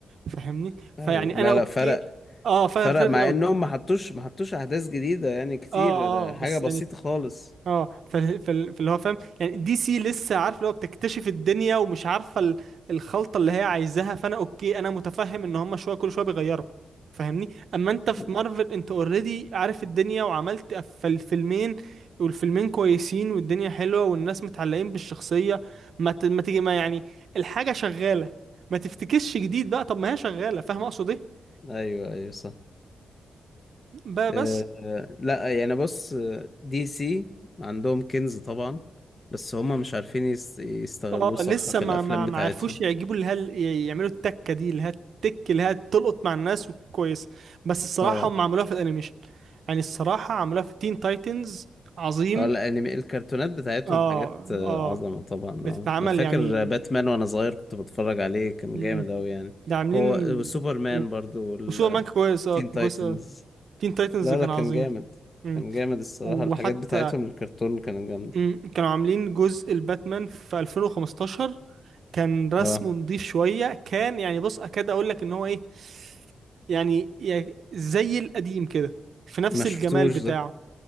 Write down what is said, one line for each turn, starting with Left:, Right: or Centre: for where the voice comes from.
Right: فاهمني فيعني
Left: أيوة. لا
Right: انا اوكي
Left: لا فرق
Right: اه فاير
Left: فرق
Right: فاير
Left: مع
Right: قوي
Left: انهم ما حطوش ما حطوش احداث جديده يعني كتير
Right: اه اه
Left: حاجه
Right: بس
Left: بسيطه
Right: يعني
Left: خالص
Right: اه ف- ف- فاللي هو فاهم يعني دي سي لسه عارف اللي هو بتكتشف الدنيا ومش عارفه ال- الخلطه اللي هي عايزاها فانا اوكي انا متفهم ان هم شويه كل شويه بيغيروا فاهمني اما انت في
Left: مم.
Right: مارفل انت اوريدي عارف الدنيا وعملت في الفيلمين والفيلمين كويسين والدنيا حلوه والناس متعلقين بالشخصيه ما ت- ما تيجي ما يعني الحاجه شغاله ما تفتكسش جديد بقى طب ما هي شغاله فاهم اقصد ايه
Left: ايوه ايوه صح
Right: بقى بس
Left: آه، آه، لا يعني بص آه، دي سي عندهم كنز طبعا بس هم مش عارفين يس- يستغلوه
Right: اه
Left: صح
Right: لسه
Left: في
Right: ما
Left: الافلام
Right: ما ما
Left: بتاعتهم
Right: عرفوش يعجبوا اللي هل يعملوا التكه دي اللي هي التك اللي هي تلقط مع الناس وكويس بس الصراحه
Left: اه
Right: هم عملوها في الانيميشن يعني الصراحه عملوها في تين تايتنز عظيم
Left: اه الانمي الكرتونات بتاعتهم
Right: اه
Left: حاجات آه،
Right: اه
Left: عظمه طبعا
Right: بتتعمل
Left: اه انا فاكر
Right: يعني
Left: باتمان وانا صغير كنت بتفرج عليه كان
Right: مم.
Left: جامد اوي يعني
Right: ده عاملين
Left: هو وسوبرمان
Right: مم.
Left: برضو والتين
Right: وسوبر مان كويس اه كان
Left: تايتنز
Right: كويس اوي تين تايتنز
Left: لا
Right: كان
Left: لا كان
Right: عظيم
Left: جامد
Right: مم.
Left: كان جامد الصراحة
Right: وحتى
Left: الحاجات بتاعتهم الكرتون كانت جامدة
Right: مم. كانوا عاملين جزء الباتمان في 2015 كان رسمه
Left: اه
Right: نضيف شوية كان يعني بص أكاد أقول لك إن هو إيه يعني يعني زي القديم كده في نفس
Left: ما شفتوش
Right: الجمال بتاعه
Left: ده